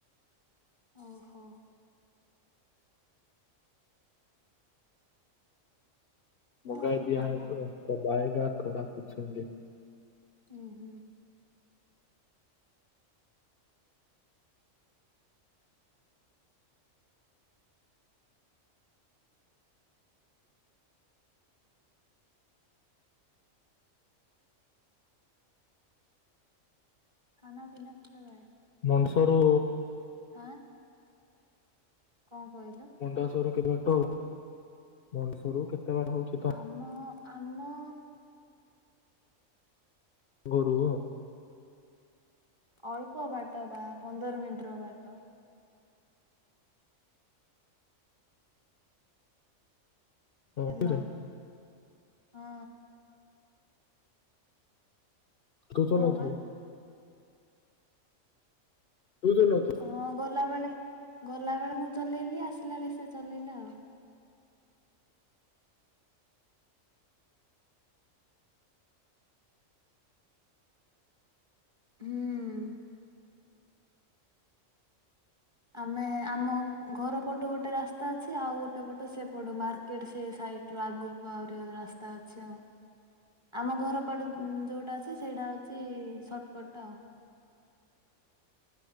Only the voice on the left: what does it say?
ମଗାଇ ଦିଆ
ହେଇଥିଲା ତବ ଆଏଗା ଥୋଡ଼ା ପୁଛେଙ୍ଗେ।
ମଣିଷ ରୁ
ମଣ୍ଡାସରୁ କେତେ ବାଟ ମଣ୍ଡାସରୁ କେତେ ବାଟ ହଉଛି ତମ
ଗୋରୁ
କିରେ
ତୁ ଚଲଉଥିଲୁ?
ତୁ ଚଳଉଥୁ